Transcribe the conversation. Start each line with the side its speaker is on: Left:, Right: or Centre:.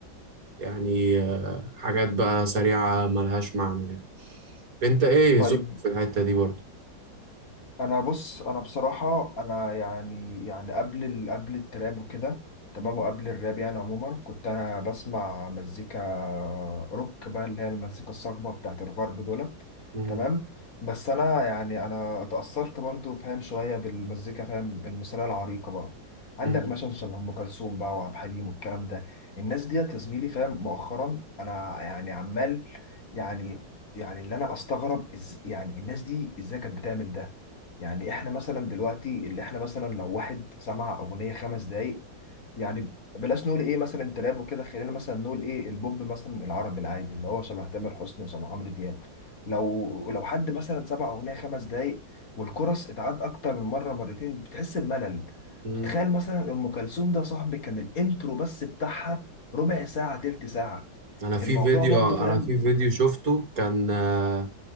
Right: يعني آه، حاجات بقى سريعة ملهاش معنى يعني. انت ايه
Left: طيب
Right: ذوقك في الحتة دي برضو
Left: انا بص انا بصراحه انا يعني يعني قبل ال... قبل التراب وكده تمام وقبل الراب يعني عموما كنت انا بسمع مزيكا روك بقى اللي هي المزيكا الصاخبه بتاعت الغرب دولت
Right: مم.
Left: تمام بس انا يعني انا اتاثرت برضو فاهم شويه بالمزيكا فاهم المصريه العريقه بقى عندك
Right: مم.
Left: مثلا شبه ام كلثوم بقى وعبد الحليم والكلام ده الناس ديت يا زميلي فاهم مؤخرا انا يعني عمال يعني يعني اللي انا استغرب إز... يعني الناس دي ازاي كانت بتعمل ده يعني احنا مثلا دلوقتي اللي احنا مثلا لو واحد سمع اغنيه خمس دقايق يعني بلاش نقول ايه مثلا تراب وكده خلينا مثلا نقول ايه البوب مثلا العربي العادي اللي هو شبه تامر حسني وشبه عمرو دياب لو لو حد مثلا سمع اغنيه خمس دقايق والكورس اتعاد اكتر من مره مرتين بتحس بملل
Right: مم.
Left: فتخيل مثلا ام كلثوم ده يا صاحبي كان الانترو بس بتاعها ربع ساعه تلت ساعه
Right: انا في
Left: الموضوع
Right: فيديو
Left: برضه فاهم
Right: انا في فيديو شفته كان آه،